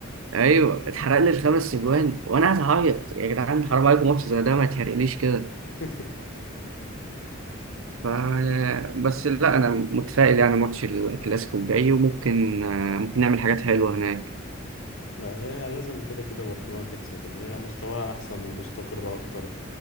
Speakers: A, on the right; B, on the left.
A: أيوه اتحرق لي الخمس أجوان وأنا قاعد أعيط يا جدعان حرام عليكم ماتش زي ده ما يتحرقليش كده.
B: <laughs>
A: ف- بس لا انا متفائل يعني ماتش الكلاسيكو الجاي وممكن آه، ممكن نعمل حاجات حلوه هناك
B: لا هي لازم كده كده برشلونة تكسب يعني هي مستواها أحسن ومستقرة أكتر